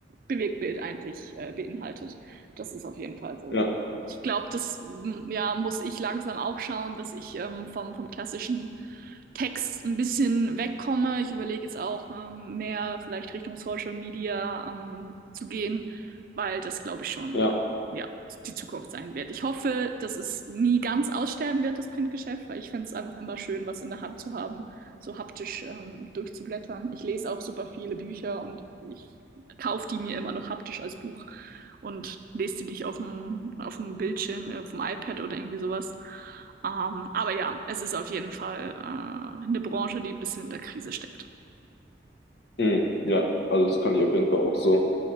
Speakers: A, on the right; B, on the left.
A: Bewegtbild eigentlich äh, beinhaltet. Das ist auf jeden Fall so.
B: ja,
A: Ich glaube, das, m, ja, muss ich langsam auch schauen, dass ich ähm, vom, vom klassischen Text ein bisschen wegkomme. Ich überlege jetzt auch, ähm, mehr vielleicht Richtung Social Media ähm, zu gehen, weil das, glaube ich, schon
B: ja.
A: ähm, ja, die Zukunft sein wird. Ich hoffe, dass es nie ganz aussterben wird, das Printgeschäft, weil ich finde es einfach immer schön, was in der Hand zu haben, so haptisch ähm, durchzublättern. Ich lese auch super viele Bücher und ich kaufe die mir immer noch haptisch als Buch und lese die nicht auf dem, auf dem Bildschirm, auf dem iPad oder irgendwie sowas. Ähm, aber ja, es ist auf jeden Fall äh, eine Branche, die ein bisschen in der Krise steckt.
B: Hm, ja, also das kann ich auf jeden Fall auch so,